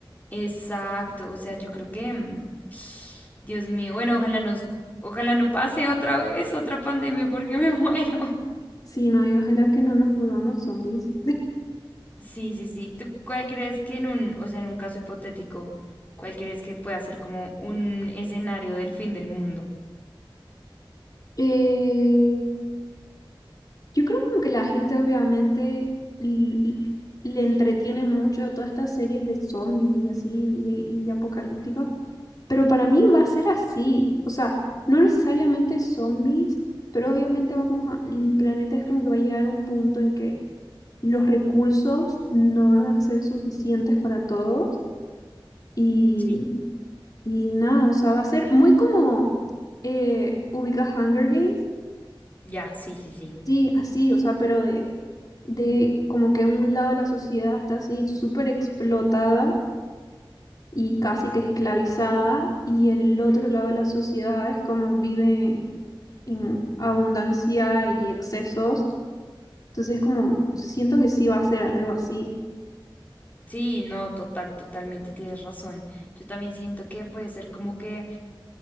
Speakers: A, on the left (about 20°); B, on the left (about 45°).
A: Exacto, o sea, yo creo que... mm, Dios mío, bueno, ojalá nos, ojalá no pase otra vez otra pandemia porque me <laughs> muero.
B: Sí, no, y ojalá que no nos volvamos zombies.
A: Sí, sí, sí. ¿Tú cuál crees que en un, o sea, en un caso hipotético, cuál crees que pueda ser como un escenario del fin del mundo?
B: Eh, Yo creo como que la gente obviamente l- l- le entretiene mucho todas estas series de zombies y así y, y apocalípticos, pero para mí va a ser así, o sea, no necesariamente zombies, pero obviamente vamos a, el planeta es como que va a llegar a un punto en que los recursos no van a ser suficientes para todos y,
A: Sí.
B: y nada, o sea, va a ser muy como eh, ubicas Hunger Games.
A: Ya, sí, sí, sí.
B: Sí, así, o sea, pero de, de como que un lado de la sociedad está así súper explotada y casi que esclavizada, y el otro lado de la sociedad es como vive en abundancia y excesos. Entonces, como siento que sí va a ser algo así.
A: Sí, no, total, totalmente tienes razón. Yo también siento que puede ser como que